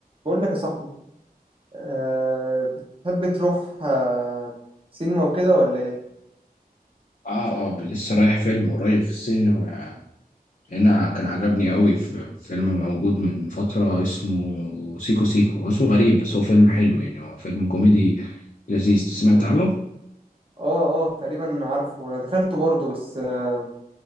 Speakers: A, on the right (about 35°); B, on the left (about 60°).
A: بقول لك يا صاحبي أه بتحب تروح أه سينما وكده ولا ايه
B: اه اه لسه رايح فيلم قريب في السينما هنا كان عجبني قوي في فيلم موجود من فترة اسمه سيكو سيكو هو اسمه غريب بس هو فيلم حلو يعني هو فيلم كوميدي لذيذ سمعت عنه
A: اه اه تقريبا عارفه انا دخلته برضه بس أه